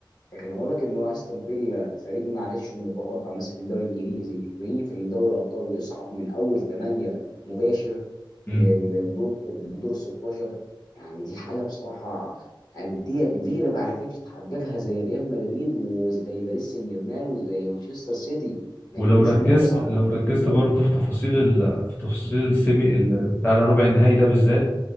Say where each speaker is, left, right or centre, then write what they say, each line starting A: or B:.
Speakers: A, on the left; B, on the left.
A: لكن أنا بقول لك ان هو استون فيلا فريق معلش انه متواضع ماسك الدوري الانجليزي بيجي في دوري الابطال ويصعد من اول ثمانيه مباشر
B: امم
A: للدور لدور ال 16 يعني دي حاجه بصراحه انديه كبيره ما عرفتش تحققها زي ريال مدريد وزي باريس سان جيرمان وزي مانشستر سيتي ما
B: ولو
A: قدروش
B: ركزت
A: ان هم يصعدوا
B: لو ركزت
A: من
B: برضو في تفاصيل ال في تفاصيل السيمي ال- بتاع ربع النهائي ده بالذات